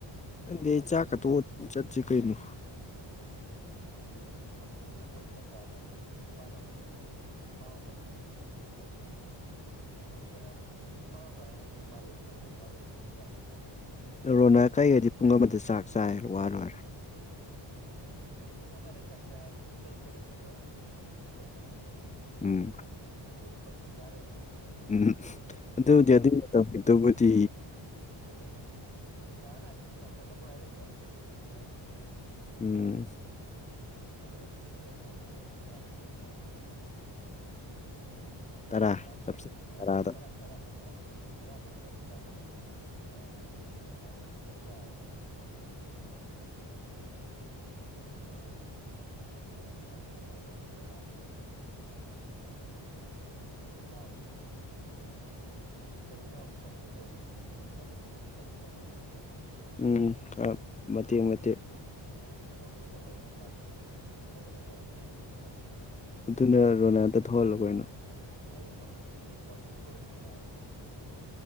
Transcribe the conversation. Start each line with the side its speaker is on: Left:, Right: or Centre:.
Left: ꯈꯪꯗꯦ ꯑꯩ ꯆꯥꯛꯀꯥ ꯇꯣꯛꯂꯒꯥ ꯆꯠꯁꯤ ꯀꯩꯅꯣ
Right: ꯑꯗꯨ ꯆꯠꯄꯨ ꯆꯠꯅꯤ ꯑꯩꯈꯣꯏ ꯆꯥꯛ ꯆꯥꯕ ꯑꯩꯁꯦ ꯄꯨꯡ ꯅꯤꯄꯥꯟ ꯃꯥꯄꯟ ꯍꯥꯏꯔꯛꯀꯅꯤ ꯅꯤꯄꯥꯜ ꯃꯥꯄꯟ ꯑꯣꯏꯔꯗꯤ ꯑꯩꯈꯣꯏꯁꯤ ꯍꯥꯏꯗꯤ ꯎꯝ ꯎꯝ ꯄꯨꯡ ꯑꯩꯈꯣꯏꯅ ꯅꯤꯄꯥꯟ ꯃꯄꯜ ꯍꯥꯏꯔꯛꯀꯅꯤ ꯕꯥꯔꯣ ꯊꯣꯛꯀꯅꯤ ꯕꯥꯔꯣ ꯊꯣꯛꯄꯗꯤ ꯌꯥꯔꯛꯔꯣꯏꯕ
Left: ꯔꯣꯅꯥ ꯀꯩ ꯍꯥꯏꯗꯤ ꯄꯨꯡ ꯑꯃꯗ ꯆꯥꯛ ꯆꯥꯏ ꯋꯥ ꯂꯣꯏꯔꯦ
Right: ꯄꯨꯡ ꯑꯃꯗ ꯆꯥꯛ ꯆꯥꯏ ꯍꯥꯏꯔꯗꯤ ꯄꯨꯡ ꯇꯔꯨꯛꯇꯅꯦꯕ ꯌꯨꯝ ꯌꯨꯝ ꯌꯧꯔꯧꯛꯇꯣꯏꯁꯦ
Left: ꯎꯝ
Right: ꯑꯗꯨꯗꯤ ꯈꯣꯟꯊꯤ ꯆꯥꯔꯣꯏꯗ꯭ꯔꯥ
Left: ꯎꯝ ꯑꯗꯨꯕꯨꯗꯤ ꯑꯗꯨꯒꯤ ꯇꯕꯨꯗꯤ
Right: ꯑꯗꯨꯏꯅꯦ ꯙꯔ ꯅꯥꯇꯤꯒꯤ ꯌꯥꯝ ꯀꯟꯅꯕꯨ ꯍꯥꯏꯔꯣꯏꯕ ꯑꯩꯈꯣꯏꯅꯤꯁꯤꯅꯦ ꯉꯥꯏꯍꯥꯛ ꯀꯗꯣꯏꯁꯦ
Left: ꯎꯝ
Right: ꯑꯗꯨꯅ ꯄꯨꯡꯗꯣ ꯑꯩꯅ ꯍꯥꯏꯁꯤꯅ ꯄꯨꯡ ꯇꯔꯥꯃꯥꯊꯣꯏ ꯑꯗꯨꯋꯥꯏꯗ ꯊꯣꯛꯄꯒꯨꯝꯕꯁꯤꯅꯤ
Left: ꯇꯔꯥ
Right: ꯇꯔꯥꯃꯊꯣꯏ
Left: ꯆꯞ ꯆꯥꯔꯦ
Right: ꯇꯔꯥꯃꯊꯣꯏ
Left: ꯇꯔꯥꯗ
Right: ꯇꯔꯥ ꯇꯔꯥ ꯇꯔꯥꯗ ꯊꯣꯛꯑꯒ ꯑꯗꯨꯝ ꯄꯨꯡ ꯑꯍꯨꯝ ꯑꯗꯨꯃꯥꯏ ꯍꯟꯖꯔꯁꯨ ꯌꯥꯏꯔꯦꯗꯅ ꯑꯗꯨꯗ
Left: <inaudible>
Right: ꯑꯗꯨ ꯑꯣꯏꯔꯗꯤ ꯌꯥꯔ ꯑꯗꯣ ꯄꯨꯡ ꯑꯍꯨꯝ ꯑꯗꯨꯥꯏ ꯍꯟꯖꯤꯜꯂꯛꯑꯕ ꯑꯗꯨꯒ ꯎꯝ ꯀꯩ ꯀꯩ ꯇꯕꯥꯏ ꯎꯝ ꯑꯗꯨ ꯃꯅꯥꯑꯣ ꯑꯗꯨꯅ ꯑꯃꯨꯛ ꯀꯥꯎꯖꯤꯡ ꯄꯨꯔꯗꯤ ꯅꯪꯗꯤ ꯊꯧꯗꯣꯏ ꯅꯠꯇ꯭ꯔꯣ ꯅꯪ ꯊꯧꯗꯣꯏ ꯅꯠꯇ꯭ꯔꯣ
Left: ꯎꯝ ꯈꯔ ꯃꯇꯦꯛ ꯃꯇꯦꯛ
Right: ꯀꯛꯖꯤꯡꯗ ꯐꯔꯦ ꯅꯪ ꯂꯥꯛꯞ ꯐꯪꯒꯗ꯭ꯔꯣ ꯎꯁꯤꯠꯇꯕꯩ ꯅꯠꯇꯕ ꯁꯨꯝ ꯍꯥꯏꯗꯤ
Left: ꯑꯗꯨꯅ ꯔꯣꯅꯥꯗ ꯊꯣꯛꯍꯜꯂꯣꯀꯩꯅꯣ
Right: ꯑꯩꯅ ꯀꯥꯎꯖꯤꯡꯗꯣ ꯊꯅꯤꯡ ꯀꯥꯎꯖꯤꯡ ꯊꯧ ꯌꯥꯝ ꯅꯨꯡꯉꯥꯏꯕꯅꯦ ꯑꯗꯨꯑꯣꯏꯗꯤ